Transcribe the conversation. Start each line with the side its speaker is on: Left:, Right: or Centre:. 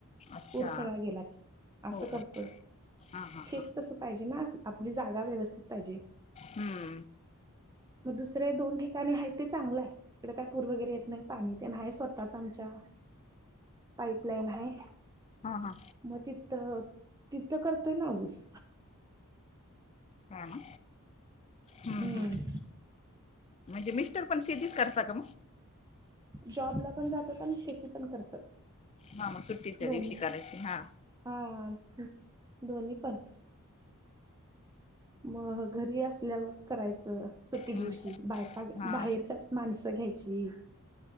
Left: अच्छा
Right: पूर सगळा गेला असं
Left: हो
Right: करतोय
Left: हो हा हा
Right: शेफ
Left: हा
Right: तस पाहिजे ना, आपली जागा व्यवस्थित पाहिजे,
Left: हम्म.
Right: मग दुसरे दोन ठिकाणी आहेत ते चांगलं आहे. इडे काय पूर वगैरे येत नाही पाणी ते नाही स्वतःचं आमच्या पाईपलाईन आहे.
Left: हा हा
Right: मग तिथ तिथथं कर पण हा ऊस
Left: ह ना.
Right: हम्म
Left: ह ह म्हणजे मिस्टर पण शेतीच करता <inaudible>
Right: जॉबला पण जातात आणि शेती पण करतात.
Left: हा म सुट्टीच्या
Right: दोन्ही
Left: दिवशी कारायचं हा.
Right: हा दोन्ही पण. मग घरी असल्यावर करायचं सुट्टी दिवशी
Left: हम्म.
Right: बायक का
Left: हा
Right: बाहेरच्या माणसं घ्यायची छी.